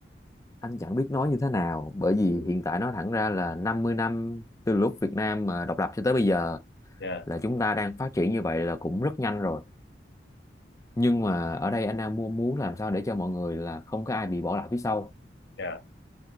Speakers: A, on the left; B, on the left.
A: anh chẳng biết nói như thế nào bởi vì
B: Ừ,
A: hiện tại nói thẳng ra là 50 năm từ lúc Việt Nam mà độc lập cho tới bây giờ
B: dạ,
A: là chúng ta đang phát triển như vậy là cũng rất nhanh rồi nhưng mà ở đây anh đang muốn muốn làm sao để cho mọi người là không có ai bị bỏ lại phía sau
B: dạ.